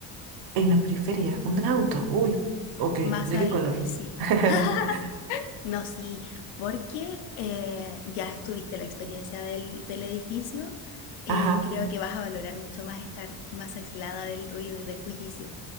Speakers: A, on the right; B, on the left.
A: En la periferia, un auto. Uy, ok,
B: Más
A: ¿de
B: adelante,
A: qué color?
B: sí.
A: <laughs>
B: <laughs> No, sí, porque eh, ya estuviste la experiencia del, del edificio y
A: Ajá.
B: creo que vas a valorar mucho más estar más aislada del ruido y del bullicio.